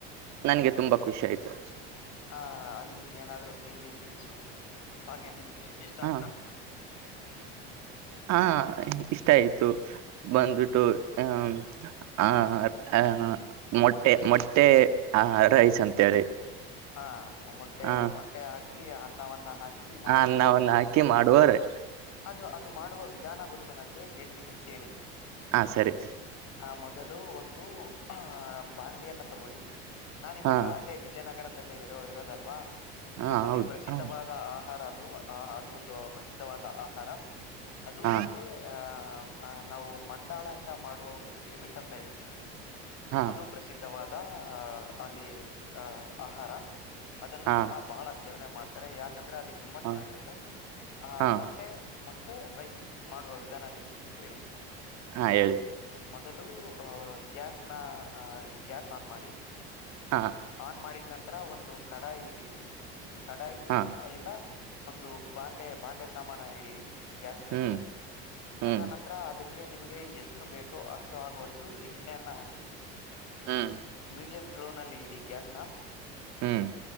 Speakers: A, on the right (about 60°); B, on the left (about 60°).
A: ನನ್ಗೆ ತುಂಬಾ ಖುಷಿ ಆಯ್ತು
B: ಆ ಅಲ್ಲಿ ಏನಾದ್ರು ತಿಂಡಿ ತಿನ್ಸು ಹಾಗೆ ನಿಮ್ಗೆ ಇಷ್ಟ
A: ಹ
B: ಆಯ್ತಾ
A: ಹಾ ಇಷ್ಟ ಆಯ್ತು ಬಂದ್ಬಿಟ್ಟು ಹ ಹ ಹಾ ಮೊಟ್ಟೆ ಮೊಟ್ಟೆ ಆ ರೈಸ್ ಅಂತೇಳಿ
B: ಹಾ ಮೊಟ್ಟೆ
A: ಹ
B: ಮೊಟ್ಟೆ ಹಾಕಿ ಅನ್ನವನ್ನ ಹಾಕಿ ಹೀ ಮಾಡುವ
A: ಹ ಅನ್ನವನ್ನ
B: ಹ
A: ಹಾಕಿ ಮಾಡುವರೆ
B: ಅದು ಅದು ಅದು ಮಾಡುವ ವಿಧಾನ ಗೊತ್ತು ನನ್ಗೆ ಹೇಳ್ತೀನಿ ಕೇಳಿ
A: ಹ ಸರಿ.
B: ಆ ಮೊದಲು ಒಂದು ಆಹ ಬಾಣ್ಲಿಯನ್ನ ತಗೊಳ್ಳಿ ನಾನ ಇವಾಗ
A: ಹಾ
B: ಅಲ್ಲೇ. ಜಯನಗರದಲ್ಲಿ ಇರೋ ಇರೋದಲ್ವಾ
A: ಹಾ
B: ನಮ್ಮಲ್ಲಿ
A: ಹೌದು
B: ಪ್ರಸಿದ್ಧವಾದ
A: ಹೌದು
B: ಆಹಾರ ಅದು ಆ. ಇದು ಒಂದು ಪ್ರಸಿದ್ಧವಾದ ಆಹಾರ ಅದು
A: ಹಾ
B: ಮತ್ತೆ ಆ ಅ ನಾವು ಮಂಡಾಳ ಇಿಂದ ಮಾಡುವ ಒಂದು ಗಿರಿಮಿಟ್ ಅಂತ ಹೇಳ್ತೀವಿ.
A: ಹಾ
B: ಅದು ಪ್ರಸಿದ್ಧವಾದ ಅಹ ಅಲ್ಲಿ ಅಹ್ ಆಹಾರ. ಅದನ್ನು
A: ಹಾ
B: ಜನ ಬಹಳ ಸೇವನೆ ಮಾಡ್ತಾರೆ ಯಾಕಂದ್ರೆ ಅಲ್ಲಿ ತುಂಬಾ
A: ಹಾ
B: ಚೆನ್ನಾಗಿರುತ್ತೆ ಆಹ
A: ಹಾ
B: ಮೊಟ್ಟೆ. ಮೊಟ್ಟೆ ರೈಸ್ ಮಾಡುವ ವಿಧಾನ ಹೇಳ್ತೀನಿ ಕೇಳಿ.
A: ಹಾ ಹೇಳಿ
B: ಮೊದಲು ಗ್ಯಾಸ್ನ ಗ್ಯಾಸ್ ಆನ್ ಮಾಡಿ
A: ಹಾ
B: ಆನ್ ಮಾಡಿದ್ ನಂತರ ಒಂದು ಕಡಾಯಿ ಇಡಿರಿ ಕಡಾಯಿ
A: ಹಾ
B: ಇಲ್ಲ. ಒಂದು ಬಾಂಡೆ ಬಾಂಡೆ ಸಾಮಾನ ಇಡಿರಿ ಗ್ಯಾಸ್ ಮೇಲೆ
A: ಹ್ಮ್ ಹ್ಮ್
B: ತದನಂತರ ಅದಕ್ಕೆ ನಿಮಗೆ ಎಷ್ಟು ಬೇಕೋ ಅಷ್ಟು ಆಗುವಷ್ಟು ಎಣ್ಣೆಯನ್ನು ಹಾಕಿ
A: ಹ್ಮ್
B: ಮೀಡಿಯಂ ಫ್ಲೋನಲ್ಲಿ ಇಡಿ ಗ್ಯಾಸ್ನ
A: ಹ್ಮ್